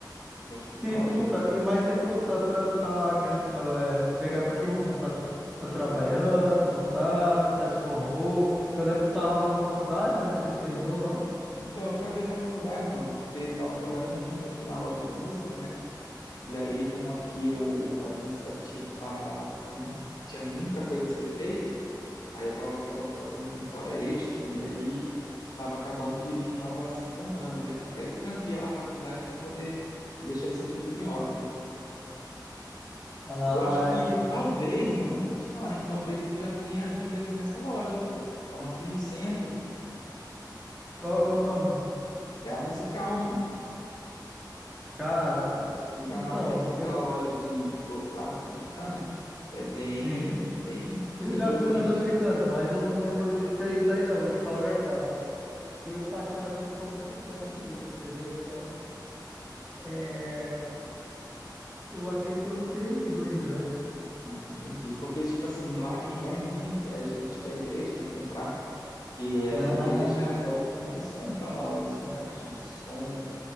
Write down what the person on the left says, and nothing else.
Poxa, que da
hora,
então.
Então, eu travei minha faculdade, mano, porque eu tava trabalhando muito aqui na loja de música, né? E aí, como aqui eu, o administrativo tava com, tinha muita coisa a ser feita, Aí eu tava acabando fazendo muita hora extra e aí tava acabando que não tava assim contando, né? Aí eu tranquei lá a faculdade para poder deixar isso aqui tudo em ordem.
Eu acho que
talvez, mano, vou te falar, hein? Talvez tu já tenha vindo aqui nessa loja, pô. É uma aqui no centro, pô.
É a Musical, mano.
Fica
na frente daquela
loja de, de doce lá, as americana. É bem,
bem,
bem
de
frente.
Ah, entendi. Porque, tipo assim, lá quem vai muito é gente da igreja, né? Comprar. que a
igreja é o que mais compra lá. ó. Eles compram caixa de som,